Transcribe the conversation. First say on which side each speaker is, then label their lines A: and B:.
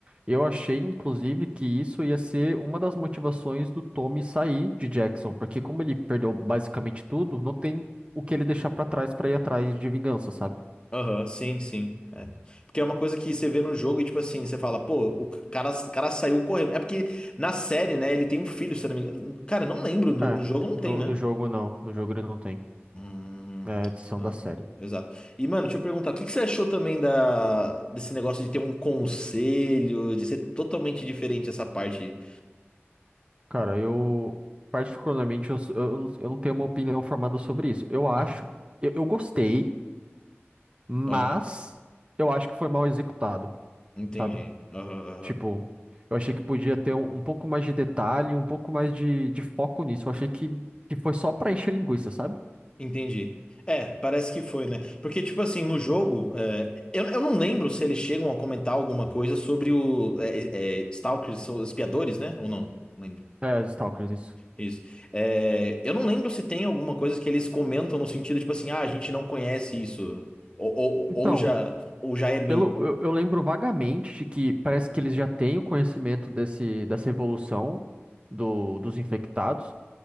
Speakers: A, on the right; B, on the left.
A: Eu achei, inclusive, que isso ia ser uma das motivações do Tommy sair de Jackson, porque como ele perdeu basicamente tudo, não tem o que ele deixar pra trás pra ir atrás de vingança, sabe?
B: Aham, sim, sim. É. Porque é uma coisa que você vê no jogo e, tipo assim, você fala, pô, o cara, o cara saiu correndo. É porque na série, né, ele tem um filho, se eu não me engano. Cara, não lembro, no,
A: É,
B: no jogo não
A: no,
B: tem, né?
A: no jogo não, no jogo ele não tem.
B: Hum,
A: É a edição
B: ah,
A: da série.
B: exato. E, mano, deixa eu perguntar, o que que você achou também da, desse negócio de ter um conselho, de ser totalmente diferente essa parte?
A: Cara, eu particularmente eu, s- eu, não eu não tenho uma opinião formada sobre isso. Eu acho,
B: Uhum.
A: eu, eu gostei, mas
B: Aham,
A: eu acho que foi mal executado,
B: entendi.
A: sabe?
B: Aham, aham.
A: Tipo, eu achei que podia ter um, um pouco mais de detalhe, um pouco mais de, de foco nisso. Eu achei que, que foi só pra encher linguiça, sabe?
B: Entendi. É, parece que foi, né? Porque, tipo assim, no jogo, é, eu, eu não lembro se eles chegam a comentar alguma coisa sobre o é, é, Stalkers, são os espiadores, né? Ou não? Não lembro.
A: É, os Stalkers, isso.
B: Isso. É, eu não lembro se tem alguma coisa que eles comentam no sentido, tipo assim, ah, a gente não conhece isso. Ou,
A: Então,
B: ou, ou já, ou já é meio.
A: pelo, eu, eu lembro vagamente de que parece que eles já têm o conhecimento desse, dessa evolução do, dos infectados,